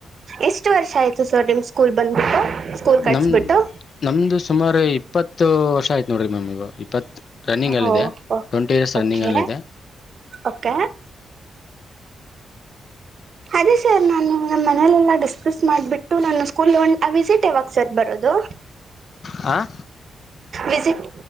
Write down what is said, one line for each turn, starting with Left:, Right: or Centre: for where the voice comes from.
Right: ಎಷ್ಟು ವರ್ಷ ಆಯ್ತು ಸರ್ ನಿಮ್ ಸ್ಕೂಲ್ ಬಂದ್ಬಿಟ್ಟು. ಸ್ಕೂಲ್ ಕಟ್ಸ್ಬಿಟ್ಟು
Left: ನಮ ನಮ್ದು ಸುಮಾರು ಇಪ್ಪತ್ತು ವರ್ಷ ಆಯ್ತು ನೋಡ್ರಿ ಮ್ಯಾಮ್ ಈಗ ಇಪ್ಪತ್, ರನ್ನಿಂಗ್ ಅಲ್ಲಿ
Right: ಓ
Left: ಇದೆ. ಟ್ವೆಂಟಿ ಇರ್ಸ್ ರನ್ನಿಂಗ್
Right: ಓಕೆ
Left: ಅಲ್ಲ ಇದೆ.
Right: ಓಕೆ. ಅದೇ ಸರ್ ನಾನು ನ ಮನಲೆೆಲ್ಲಾ ಡಿಸ್ಕಸ್ ಮಾಡ್ಬಿಟ್ಟು ನಾನು, ಸ್ಕೂಲ್ ವಿಸಿಟ್ ಯಾವಾಗ ಸರ್ ಬರೋದು.
Left: ಹಾಂ
Right: ವಿಸಿಟ್,